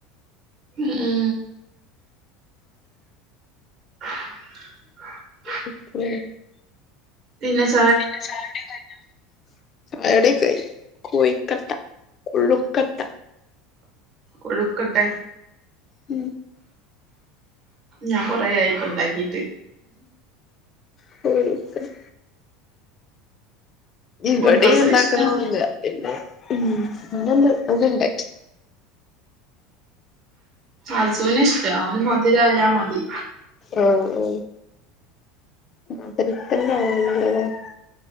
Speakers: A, on the right; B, on the left.
A: ആ ആ <unintelligible>
B: <unintelligible>
A: പിന്നെ സ്
B: പിന്നെ ചായുടി എന്തായി ചായുടിക്കെയി കൊഴിക്കട്ട കൊഴുക്കട്ട
A: കൊഴുക്കട്ടേ
B: മ്
A: ഞാന് കൊറേയായി ഇപ്പണ്ടാക്കീട്ട്
B: <unintelligible> ഇവെടിംണ്ടാക്കലൊന്നുല്ല്യാപിന്നെ
A: മക്കൾസിന് ഇഷ്ടാണ്
B: ന്ന് ഇന്നൊന്ന് അത് ണ്ടാക്കി
A: അസൂന് ഇഷ്ടാ ഓന് മധുരായാ മതി
B: ആ ആ മധുരത്തിന്റെ <unintelligible>